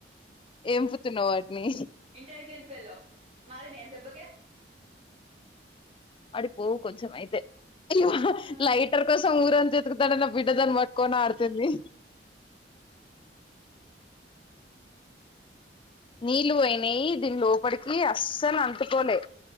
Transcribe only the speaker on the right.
ఇంటెలిజెట్ ఫెల్లో మారినయా దెబ్బకే
ఆహా